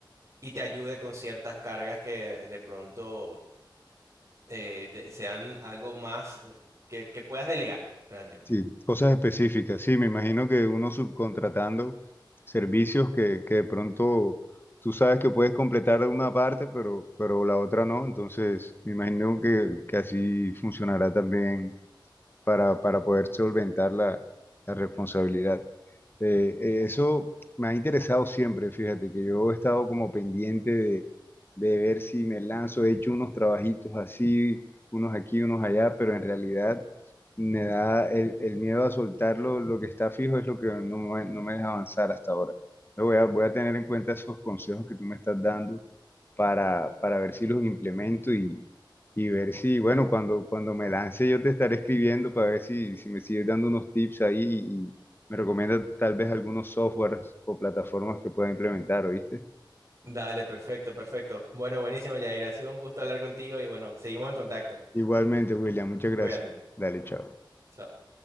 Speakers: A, on the right; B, on the left.
A: y te ayude con ciertas cargas que de pronto eh, te- sean algo más eh, que, que puedas delegar realmente.
B: Sí, cosas específicas. Sí, me imagino que uno subcontratando servicios que, que de pronto tú sabes que puedes completar una parte, pero, pero la otra no. Entonces, me imagino que, que así funcionará también para, para poder solventar la, la responsabilidad. Eh, eh, eso me ha interesado siempre, fíjate, que yo he estado como pendiente de, de ver si me lanzo, he hecho unos trabajitos así, unos aquí, unos allá, pero en realidad me da el, el miedo a soltarlo, lo que está fijo es lo que no me, no me deja avanzar hasta ahora. Lo Voy a, voy a tener en cuenta esos consejos que tú me estás dando para, para ver si los implemento y ver si, bueno, cuando, cuando me lance yo te estaré escribiendo para ver si, si me sigues dando unos tips ahí y, y me recomienda tal vez algunos softwares o plataformas que pueda implementar, ¿oíste?
A: Dale, perfecto, perfecto. Bueno, buenísimo, Yair. Ha sido un gusto hablar contigo y bueno, seguimos en contacto.
B: Igualmente, William, muchas gracias.
A: Cuídate.
B: Dale, chao.
A: Chao.